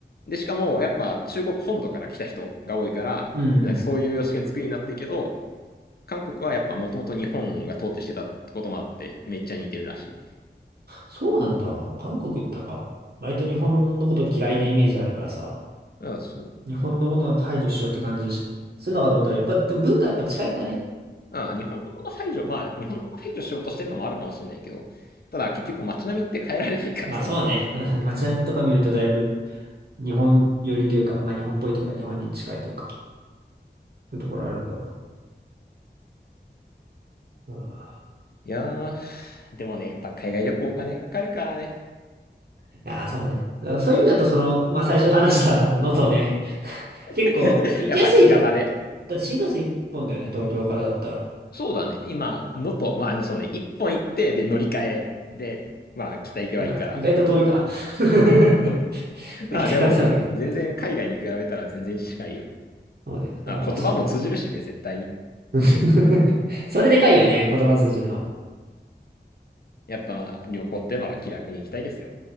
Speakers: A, on the left; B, on the right.
A: で、しかもやっぱ中国本土から来た人が多いから、
B: うん。
A: なんかそういう様式の作りになってるけど、韓国はやっぱもともと日本が統治してたこともあって、めっちゃ似てるらしい。
B: そうなんだ。韓国ってなんか、割と日本のこと嫌いなイメージあるからさ、
A: うん、そう。
B: 日本のものは排除しようって感じしするのかと思ったら、やっぱ、でも文化やっぱ近いんだね。
A: ああ、日本のこと排除、まあ、日本のこと排除しようとしてるのもあるかもしれないけど、ただ結局街並みって変えられないから、
B: まあそうね。
A: そんな簡単に。
B: <laughs> 街並みとか見るとだいぶ日本寄りというか、まあ日本っぽいというか、日本に近いというか、そういうところあるんだろうな。うん
A: いやー、でもね、やっぱ海外旅行お金かかるからね。
B: いやー、そうね。だからそういう意味だと、その、まあ最初話した <laughs> のとね、結構行きやすいじゃん。
A: <laughs> やっぱ近場で。
B: だって新幹線一本だよね、東京からだったら。
A: そうだね。今、のとまあ、あの、そうね、一本行って、で、乗り換えで、まあ、北行けばいいから。
B: なんか、意外と遠いか。<laughs>
A: まあ、
B: めっちゃ可能性あるけど。
A: でも、全然海外に比べたら全然近いよ。
B: そうね。だからまあそれ。
A: まあ、言葉も通じるしね、絶対に。
B: <laughs> それでかいよね、言葉通じるの。
A: やっぱ、まあ、旅行ってのは気楽に行きたいですよ。